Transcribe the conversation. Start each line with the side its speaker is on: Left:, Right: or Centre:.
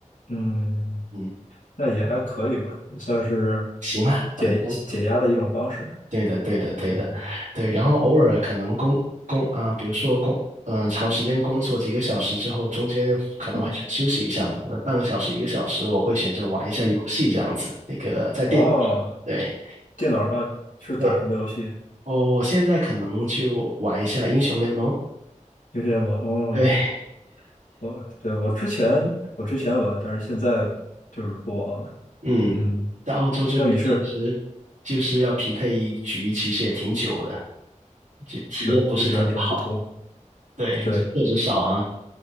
Left: 嗯，
Right: 嗯，
Left: 那也还可以吧，也算是
Right: 行啊，反正
Left: 解解压的一种方式。
Right: 对的，对的，对的，
Left: 嗯
Right: 对。然后偶尔可能工工啊、比如说工，嗯、长时间工作几个小时之后，中间可能会想休息一下嘛，
Left: 嗯
Right: 可能半个小时、一个小时，我会选择玩一下游戏这样子，
Left: 嗯，
Right: 那个在电脑上，
Left: 哦，
Right: 对。
Left: 电脑上是打什么游戏？
Right: 对我现在可能就玩一下英雄联盟。<laughs>
Left: 英雄联盟。哦，
Right: 对，
Left: 我对我之前我之前玩，但是现在就是不玩了。
Right: 嗯，
Left: 嗯，
Right: 在澳洲这边其实就是要匹配一局，
Left: 那你是
Right: 其实也挺久的，就体验不是特别好。
Left: 是人人不多，
Right: 对，
Left: 对，
Right: 这确实少啊。